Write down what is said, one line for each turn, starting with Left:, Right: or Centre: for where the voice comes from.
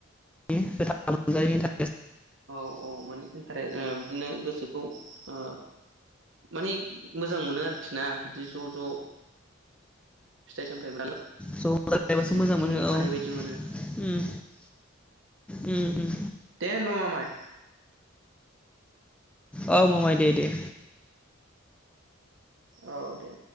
Centre: <unintelligible> मोनजायनि थाखाय
Right: औ औ माने इन्टारेस् बिदिनो गोसोखौ ओ माने मोजां मोनो आरोखि ना बिदि ज' ज' फिथाइ सामथाय <unintelligible>
Centre: जालायबासो
Right: जुक्ति
Centre: मोजां मोनो
Right: थानाय
Centre: औ
Right: बायदि मोनो
Centre: उम उम उम
Right: दे होनबा ममाय
Centre: औ मामाय दे दे
Right: औ दे